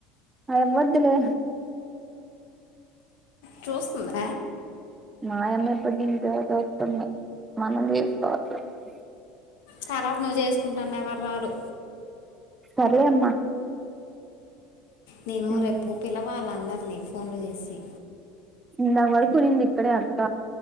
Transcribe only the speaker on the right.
అ మదులే
మాయమబడి <unintelligible>
పర్లే అమ్మా
మ్మ్
ఇంద వరకు నిన్న ఇక్కడే అక్క